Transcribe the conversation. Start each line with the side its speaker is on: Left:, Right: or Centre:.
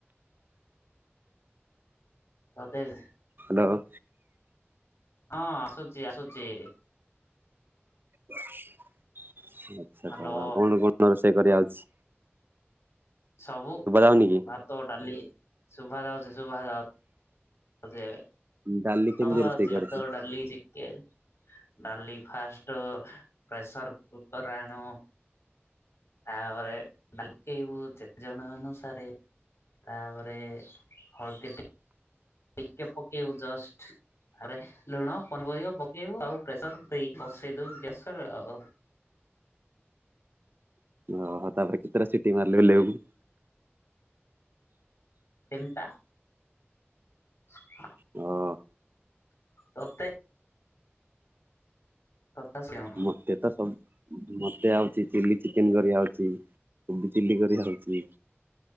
Left: ମତେ ଏସେ
Right: ହ୍ୟାଲୋ।
Left: ହଁ ଆସୁଚି ଆସୁଚି।
Right: ଆଚ୍ଛା
Left: ହ୍ୟାଲୋ।
Right: <unintelligible> କଣ କଣ ରୋଷେଇ କରି ଆଉଚି?
Left: ସବୁ
Right: ଯାଉନି କି
Left: ଭାତ ଡାଲି ଶୁଭା ଯାଉଚି ଶୁଭା ଯାଉ ଯାଉଚି ଏକା
Right: ଡାଲି
Left: ସବୁ
Right: କେମିତି
Left: ଆଉଚି
Right: ରୋଷେଇ କରୁଛୁ
Left: ଭାତ ଡାଲି ଚି କେନ ଡାଲି ଫାଷ୍ଟ ପ୍ରେସର୍ କୁକର୍ ଆଣୁ। ତା ପରେ ଡାଲି ପକେଇବୁ ଯେତେ ଜଣ ଅନୁସାରେ। ତାପରେ ହଳଦୀ ଟି ଟିକେ ପକେଇବୁ ଜଷ୍ଟ ଆରେ ଲୁଣ ପନିପରିବା ପକେଇବୁ ଆଉ। ପ୍ରେସର୍ ଦେଇ ବସେଇଦଉ ଗ୍ୟାସ୍ ରେ ଆଉ।
Right: ଓହୋ ତାପରେ କେତେଟା ସିଟି ମାରିଲେ ଓଲ୍ହେଇବୁ?
Left: ତିନିଟା। <inaudible>
Right: ହଁ।
Left: ତତେ ତତା ସିଅଣ
Right: ମତେ ତ ସବୁ ମୋତେ ଆଉଚି ଚିଲି ଚିକେନ କରି ଆଉଚି କୋବି ଚିଲି କରି ଆଉଚି।